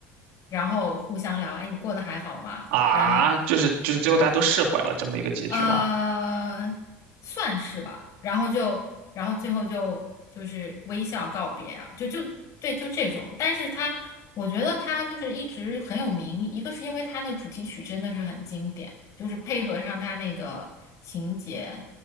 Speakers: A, on the left; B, on the right.
A: 然后互相聊，哎，你过得还好吗？
B: 啊，
A: 然后
B: 就是就是最后大家都释怀了这么一个结局吗？
A: 呃，算是吧。然后就，然后最后就就是微笑告别啊，就就对，就这种。但是他，我觉得他就是一直很有名，一个是因为他那个主题曲真的是很经典，就是配合上他那个情节，